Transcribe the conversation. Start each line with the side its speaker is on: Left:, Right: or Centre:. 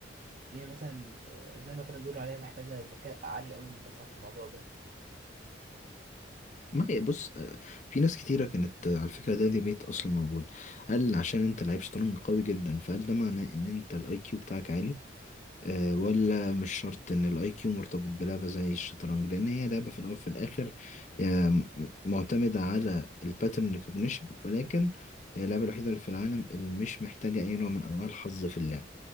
Right: إن هي مثلا آه، زي ما كانوا بيقولوا عليها محتاجة ذكاء عالي قوي مثلا في الموضوع ده
Left: ما هي بص آه، في ناس كتيرة كانت آه، على فكرة ده ديبيت أصلا موجود هل عشان أنت لعيب شطرنج قوي جدا فهل ده معناه إن أنت الأي كيو بتاعك عالي آه، ولا مش شرط ان الاي كيو مرتبط بلعبه زي الشطرنج لان هي لعبه في الاول وفي الاخر آه، م- معتمده على الباترن ريكوجنيشن ولكن هي اللعبه الوحيده اللي في العالم اللي مش محتاجه اي نوع من انواع الحظ في اللعب